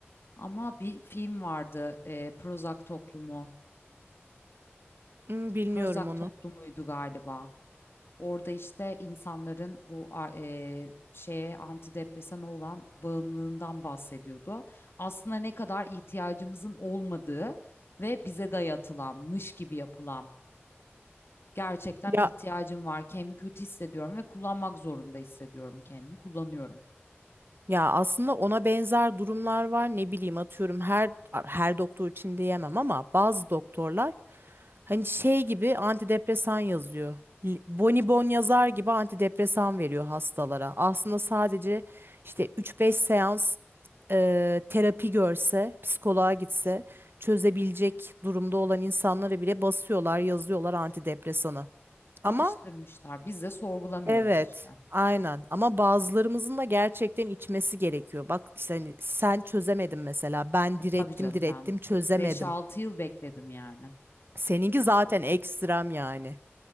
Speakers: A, on the left; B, on the right.
A: Ama bir film vardı, e, Prozac Toplumu.
B: hmm, bilmiyorum
A: Prozac
B: onu.
A: Toplumu'ydu galiba. Orada işte insanların bu a- e, şeye antidepresana olan bağımlılığından bahsediyordu. Aslında ne kadar ihtiyacımızın olmadığı ve bize dayatılanmış gibi yapılan gerçekten
B: Ya
A: ihtiyacım var, kendimi kötü hissediyorum ve kullanmak zorunda hissediyorum kendimi, kullanıyorum.
B: Ya aslında ona benzer durumlar var. Ne bileyim atıyorum her her doktor için diyemem ama bazı doktorlar hani şey gibi antidepresan yazıyor. L- Bonibon yazar gibi antidepresan veriyor hastalara. Aslında sadece işte üç beş seans e, terapi görse, psikoloğa gitse çözebilecek durumda olan insanlara bile basıyorlar, yazıyorlar antidepresanı. Ama
A: Alıştırmışlar. Biz de sorgulamıyoruz
B: Evet,
A: işte.
B: aynen. Ama bazılarımızın da gerçekten içmesi gerekiyor. Bak işte hani sen çözemedin mesela. Ben
A: E, tabii
B: direttim,
A: canım
B: direttim,
A: ben
B: çözemedim.
A: beş altı yıl bekledim yani.
B: Seninki zaten ekstrem yani.